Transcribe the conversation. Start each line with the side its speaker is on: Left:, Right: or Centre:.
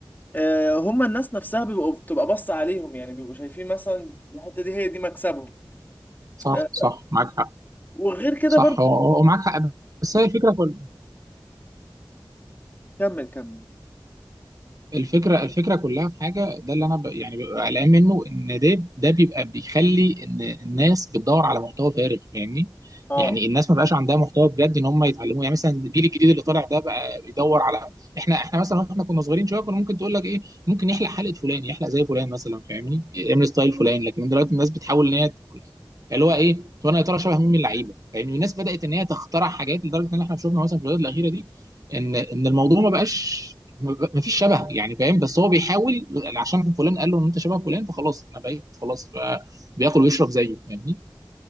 Left: آه، هم الناس نفسها بيبقوا بتبقى بص عليهم يعني بيبقوا شايفين مثلا الحتة دي هي دي مكسبهم
Right: صح
Left: آه،
Right: صح معاك حق
Left: وغير كده
Right: صح
Left: برضه
Right: هو هو- هو معاك حق بس هي الفكره كلها
Left: كمل كمل
Right: الفكره الفكره كلها في حاجه ده اللي انا ب... يعني ببقى قلقان منه ان ده ده بيبقى بيخلي ان الناس بتدور على محتوى فارغ فاهمني
Left: اه
Right: يعني الناس ما بقاش عندها محتوى بجد ان هم يتعلموه يعني مثلا الجيل الجديد اللي طالع ده بقى بيدور على احنا احنا مثلا واحنا كنا صغيرين شويه كنا ممكن تقول لك ايه ممكن يحلق حلقه فلان يحلق زي فلان مثلا فاهمني يعمل ستايل فلان لكن دلوقتي الناس بتحاول ان هي تقول- اللي هو ايه طب انا يا ترى شبه مين من اللعيبه فاهمني الناس بدات ان هي تخترع حاجات لدرجه ان احنا شفنا مثلا في الفيديوهات الاخيره دي ان ان الموضوع ما بقاش ما فيش شبهه يعني فاهم بس هو بيحاول عشان فلان قال له ان انت شبه فلان فخلاص انا بقيت خلاص بقى بياكل ويشرب زيه فاهمني